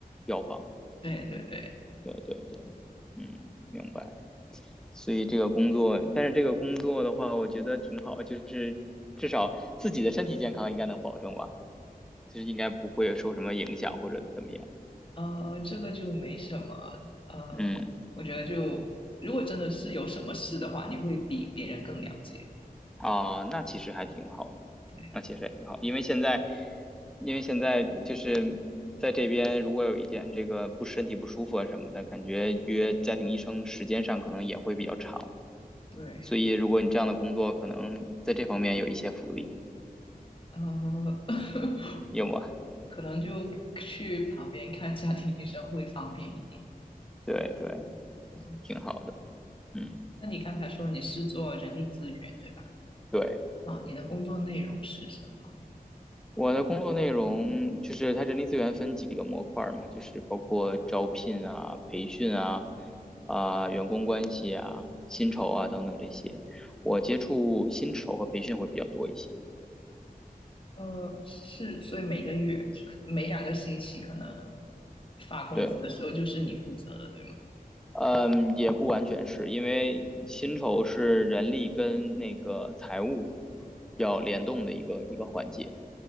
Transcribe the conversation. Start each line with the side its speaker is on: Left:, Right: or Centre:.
Centre: 药房。
Left: 对对对，
Centre: 对对对，嗯，明白。所以这个工作，但是这个工作的话，我觉得挺好，就是至少自己的身体健康应该能保证吧，就是应该不会受什么影响或者怎么样。
Left: 呃，这个就没什么，呃，
Centre: 嗯。
Left: 我觉得就如果真的是有什么事的话，你会比别人更了解。
Centre: 啊，那其实还挺好的，
Left: 对
Centre: 那其实也挺好，因为现在，因为现在就是在这边，如果有一点这个不身体不舒服啊什么的，感觉约家庭医生时间上可能也会比较长，
Left: 对，
Centre: 所以如果你这样的工作，可能在这方面有一些福利，
Left: 呃，<laughs>
Centre: 有吗？
Left: 可能就去旁边看家庭医生会方便一点。
Centre: 对对，
Left: 嗯，
Centre: 挺好的，嗯，
Left: 那你刚才说你是做人力资源，对吧？
Centre: 对。
Left: 啊，你的工作内容是什么？
Centre: 我的工作内容就是它人力资源分几个模块儿嘛，就是包括招聘啊、培训啊、啊、员工关系啊、薪酬啊等等这些。我接触薪酬和培训会比较多一些。
Left: 呃，是，所以每个月、每两个星期可能发工资的时候就是你负责的，
Centre: 对，
Left: 对吗？
Centre: 嗯，也不完全是因为薪酬是人力跟那个财务要联动的一个一个环节，